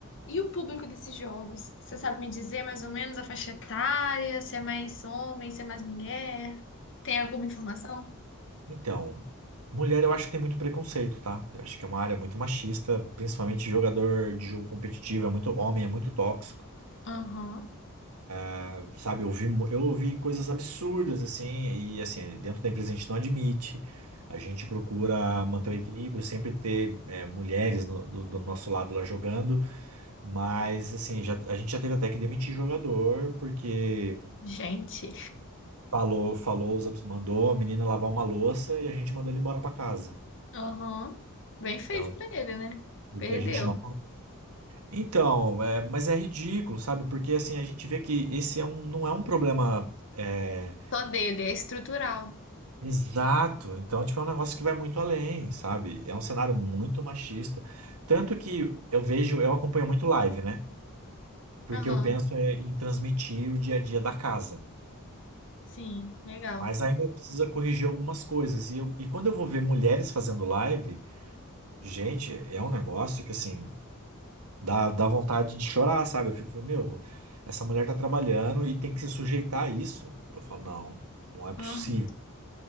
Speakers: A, on the left; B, on the right.
A: E o público desses jogos? Você sabe me dizer mais ou menos a faixa etária? Se é mais homem, se é mais mulher? Tem alguma informação?
B: Então, mulher eu acho que tem muito preconceito, tá? Eu acho que é uma área muito machista, principalmente jogador de jogo competitivo, é muito homem, é muito tóxico.
A: Aham.
B: Ah, Sabe, eu ouvi, mu- eu ouvi coisas absurdas, assim, e assim, dentro da empresa a gente não admite. A gente procura manter o equilíbrio, sempre ter é, mulheres no- do, do nosso lado lá jogando, mas assim, já, a gente já teve até que demitir jogador, porque
A: Gente.
B: falou, falou, os abs- mandou a menina lavar uma louça e a gente mandou ele embora pra casa.
A: Aham. Bem feito
B: Então,
A: pra ele, né?
B: porque
A: Perdeu.
B: a gente não. Então, é, mas é ridículo, sabe? Porque assim, a gente vê que esse é um, não é um problema é,
A: Só dele, é estrutural.
B: exato. Então, tipo, é um negócio que vai muito além, sabe? É um cenário muito machista. Tanto que eu vejo, eu acompanho muito live, né? Porque
A: Aham.
B: eu penso é, em transmitir o dia a dia da casa.
A: Sim, legal.
B: Mas ainda precisa corrigir algumas coisas. E, eu- e quando eu vou ver mulheres fazendo live, gente, é um negócio que assim. Dá, dá vontade de chorar, sabe? Eu fico, meu, essa mulher tá trabalhando e tem que se sujeitar a isso. Eu falo, não, não é possível.
A: Aham.